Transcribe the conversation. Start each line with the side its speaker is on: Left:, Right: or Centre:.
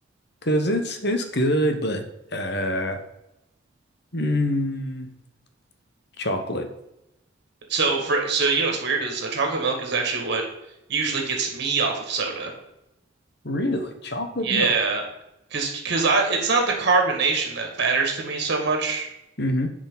Left: because it's it's good, but uh, mm, chocolate.
Right: So for so you know what's weird is uh, chocolate milk is actually what usually gets me off of soda.
Left: Really? Chocolate
Right: Yeah,
Left: milk.
Right: because because I it's not the carbonation that matters to me so much
Left: hmm